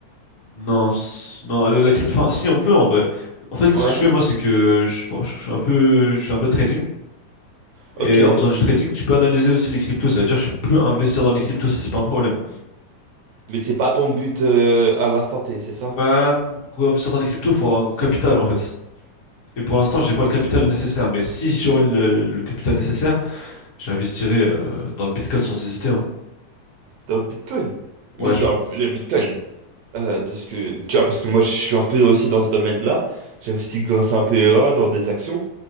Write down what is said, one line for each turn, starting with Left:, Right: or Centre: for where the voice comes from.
Left: non, c- non, la, la crypto, enfin, si on peut en vrai. En fait,
Right: Ouais.
Left: ce que je fais moi, c'est que je, bon, je suis un peu, je fais un peu de trading.
Right: Ok.
Left: Et en faisant du trading, tu peux analyser aussi les cryptos. Ça veut dire que je peux investir dans les cryptos, ça c'est pas un problème.
Right: Mais c'est pas ton but euh, à l'instant T, c'est ça?
Left: Bah, pour investir dans les cryptos, faut avoir un gros capital en fait. Et pour l'instant, j'ai pas le capital nécessaire. Mais si j'aurais le, le capital nécessaire, j'investirais euh, dans le Bitcoin sans hésiter. hein.
Right: Dans le Bitcoin.
Left: Ouais,
Right: Mais dans
Left: je
Right: le Bitcoin, Euh, de ce que tu vois parce que moi je suis un peu aussi dans ce domaine-là j'investis grâce à un PEA dans des actions